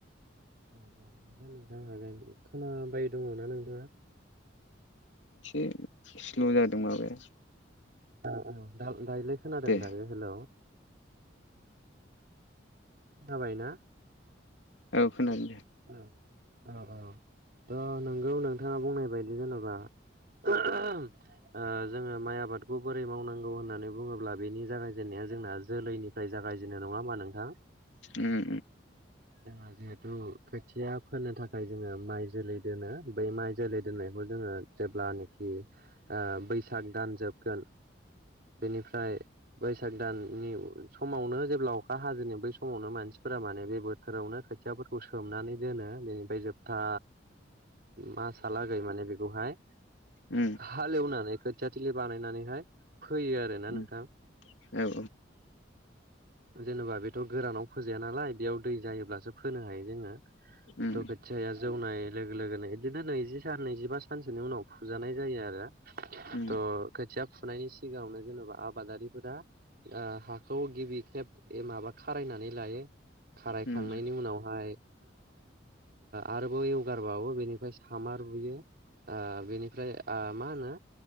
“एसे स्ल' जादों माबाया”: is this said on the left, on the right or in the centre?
Left